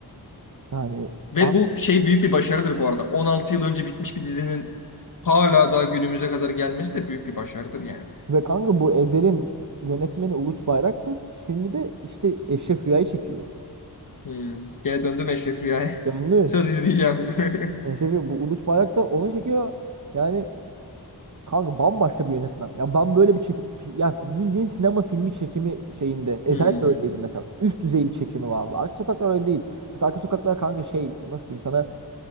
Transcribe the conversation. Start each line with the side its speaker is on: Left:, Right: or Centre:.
Right: Yani
Left: Ve
Right: a-
Left: bu şey büyük bir başarıdır bu arada. 16 yıl önce bitmiş bir dizinin hala daha günümüze kadar gelmesi de büyük bir başarıdır yani.
Right: ve kanka bu Ezel'in yönetmeni Uluç Bayraktar şimdi de işte Eşref Rüya'yı çekiyor.
Left: Hmm. Gene döndüm Eşref Rüya'ya.
Right: Döndü.
Left: <laughs> Söz izleyeceğim. <laughs>
Right: Eşref Rüya bu Uluç Bayraktar onu çekiyor. Yani kanka bambaşka bir yönetmen. Ya ben böyle bir çekim fi- ya bildiğin sinema filmi çekimi şeyinde Ezel
Left: Hmm.
Right: de öyleydi mesela. Üst düzey bir çekimi vardı. Arka Sokaklar öyle değil. Mesela Arka Sokaklar kanka şey nasıl diyeyim sana